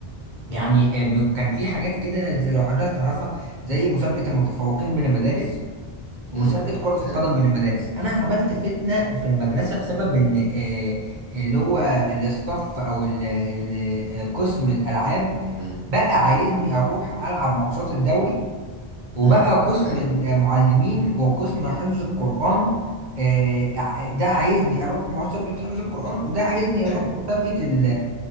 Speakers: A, on the right; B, on the left.
A: يعني آه، م- كان في حاجات كده زي لو حضرتك تعرفها زي مسابقة المتفوقين بين المدارس ومسابقة
B: مم.
A: كرة القدم
B: ايوه
A: بين المدارس أنا عملت فتنة في المدرسة بسبب إن آه، اللي هو الاستاف أو ال- ال- آه، قسم الألعاب
B: مم.
A: بقى عايزني أروح ألعب ماتشات الدوري وبقى
B: مم.
A: قسم
B: ايوه
A: المعلمين وقسم حفظ القرآن آه، ع- ده عايزني أروح مسابقة حفظ القرآن وده عايزني
B: ايوه
A: أروح مسابقة ال-